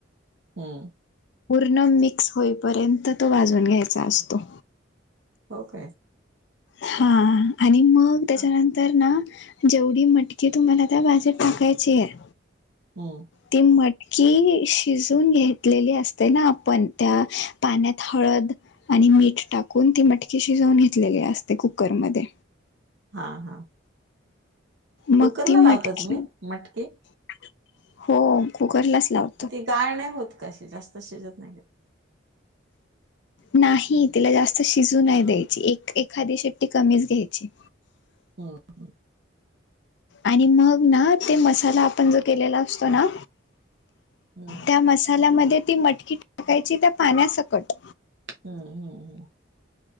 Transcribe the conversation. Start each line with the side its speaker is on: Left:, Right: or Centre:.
Right: हम्.
Left: पूर्ण मिक्स होईपर्यंत तो भाजून घ्यायचा असतो.
Right: हो काय?
Left: हा आणि मग
Right: हा.
Left: त्याच्यानंतर ना जेवढी मटकी तुम्हाला त्या भाजू टाकायची आहे.
Right: हम्.
Left: ती मटकी शिजून घेतलेली असते ना आपण त्या पाण्यात हळद आणि मीठ टाकून ती मटकी शिजवून घेतलेली असते कुकरमध्ये.
Right: हा हा.
Left: मग
Right: कुकरला
Left: ती
Right: लावता
Left: मटकी
Right: तुम्ही मटकी
Left: <inaudible> हो कुकरलाच लाव
Right: ती गाळ नाही होत काय अशी जास्त शिजत नाही?
Left: नाही तिला जास्त शिजू नाही द्यायची. एक एखादी शेट्टी कमीच घ्यायची.
Right: हम्म.
Left: आणि मग ना ते मसाला आपण जो केलेला असतो ना.
Right: हम्म.
Left: त्या मसाल्यामध्ये ती मटकी टाकायची त्या पाण्यासकट.
Right: हम् हम् हम्.